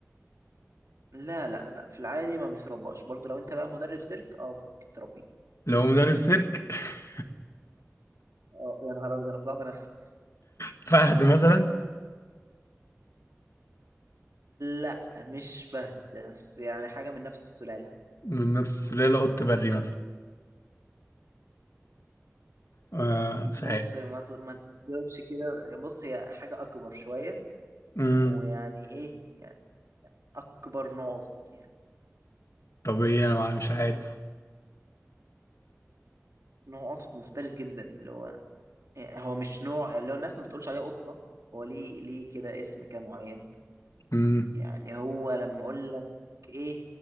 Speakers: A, on the right; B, on the left.
A: لا لا لا في العادي ما بيشربهاش برضو لو انت بقى مدرب سيرك اه ممكن تربيه
B: لو مدرب سيرك <laughs>
A: اه يا نهار ابيض انا فضحت نفسي
B: فهد مثلا
A: لا مش فهد بس يعني حاجة من نفس السلالة
B: من نفس السلالة قط بري مثلا آه، مش
A: بص
B: عارف
A: ما ت- ما تجاوبش كده بص هي حاجة أكبر شوية
B: مم.
A: ويعني إيه يعني أكبر نوع قطط يعني
B: طب ايه انا مع- مش عارف
A: نوع قطط مفترس جدا اللي هو يعني هو مش نوع اللي هو الناس ما بتقولش عليه قطة هو ليه ليه كده اسم كده معين
B: مم.
A: يعني هو لما أقول لك إيه